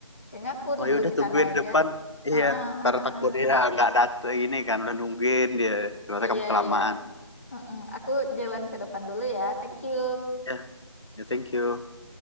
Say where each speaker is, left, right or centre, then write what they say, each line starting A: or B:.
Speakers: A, on the left (about 25°); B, on the left (about 65°).
A: Kayaknya aku nunggu
B: oh yaudah
A: di
B: tungguin
A: sana aja.
B: depan iya
A: ah ah
B: ntar
A: ah ah
B: takut
A: ah.
B: ya nggak datang ini kan udah nungguin dia ternyata
A: Iya,
B: kamu kelamaan
A: iya. Heeh, Aku jalan ke depan dulu ya. Thank you.
B: ya ya thank you